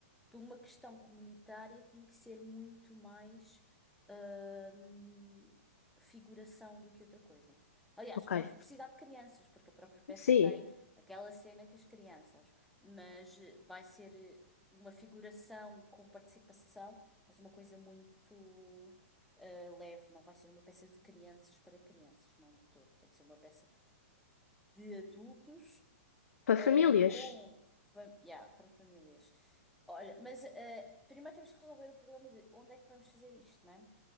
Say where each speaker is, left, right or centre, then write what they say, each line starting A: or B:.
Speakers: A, in the centre; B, on the left (about 90°).
A: por uma questão comunitária, tem que ser muito mais hum, figuração do que outra coisa. Aliás,
B: Ok.
A: vamos precisar de crianças, porque a própria peça
B: Sim,
A: tem aquela cena com as crianças, mas eh, vai ser eh, uma figuração com participação, mas uma coisa muito eh, leve. Não vai ser uma peça de crianças para crianças, não de todo. Tem que ser uma peça de adultos
B: para
A: Uh,
B: famílias.
A: com fam- yeah, para famílias. Olha, mas uh, primeiro temos que resolver o problema de onde é que vamos fazer isto, né?